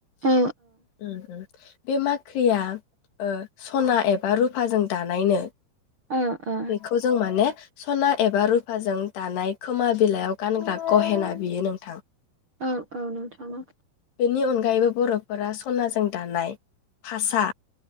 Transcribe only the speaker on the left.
उम उम। बे माख्रिया ओ सना एबा रुफाजों दानाय नो।
बेखौ जों माने सना एबा रुफाजों दानाय खोमा बिलाइयाव गानग्रा गहेना बियो नोंथां।
बेनि अनगायैबो बर'फोरा सनाजों दानाय फासा